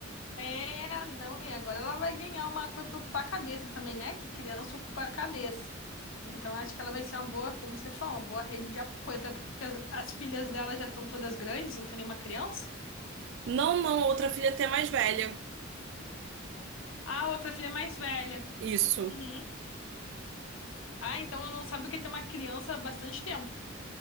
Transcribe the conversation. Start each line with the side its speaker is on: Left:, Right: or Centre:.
Left: é, não, e agora ela vai ganhar uma coisa pra ocupar a cabeça também, né? Que criança ocupa a cabeça. Então acho que ela vai ser uma boa, como você falou, uma boa rede de apoio. Até porque as, as filhas dela já estão todas grandes, não tem nenhuma criança.
Right: <laughs> Não, não, outra filha até mais velha.
Left: Ah, outra filha é mais velha.
Right: Isso.
Left: Uhum. Ah, então ela não sabe o que é ter uma criança há bastante tempo.